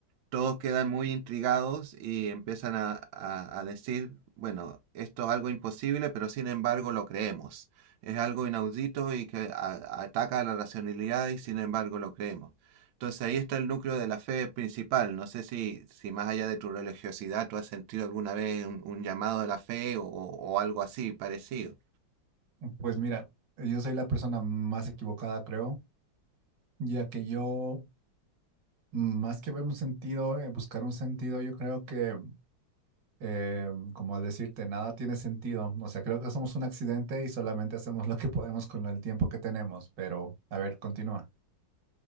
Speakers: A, on the right; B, on the right.
A: todos quedan muy intrigados y empiezan a, a- a decir, bueno, esto es algo imposible, pero sin embargo lo creemos. Es algo inaudito y que a- ataca a la racionalidad y sin embargo lo creemos. Entonces ahí está el núcleo de la fe principal. No sé si, si más allá de tu religiosidad tú has sentido alguna vez un, un llamado de la fe o, o algo así parecido.
B: Pues mira, yo soy la persona más equivocada, creo, ya que yo, más que ver un sentido, eh, buscar un sentido, yo creo que, eh, como al decirte, nada tiene sentido. O sea, creo que somos un accidente y solamente hacemos lo que podemos con el tiempo que tenemos, pero a ver, continúa.